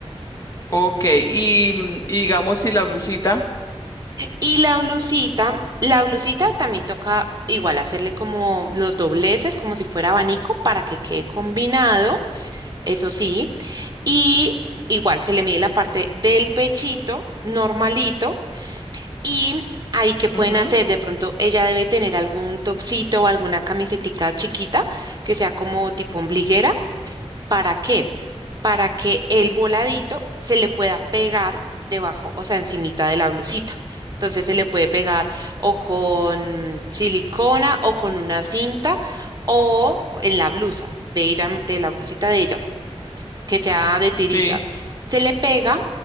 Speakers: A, on the left; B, on the right.
A: Ok, y, mm, y digamos si la blusita.
B: Y la blusita, la blusita también toca igual hacerle como los dobleces, como si fuera abanico, para que quede combinado, eso sí. Y igual se le mide la parte del pechito normalito y ahí que pueden
A: Ujú,
B: hacer, de pronto ella debe tener algún topsito o alguna camisetica chiquita que sea como tipo ombliguera. ¿Para qué? para que el voladito se le pueda pegar debajo, o sea, encimita de la blusita. Entonces se le puede pegar o con silicona o con una cinta o en la blusa de ella, de la blusita de ella que sea de tiritas.
A: Sí,
B: Se le pega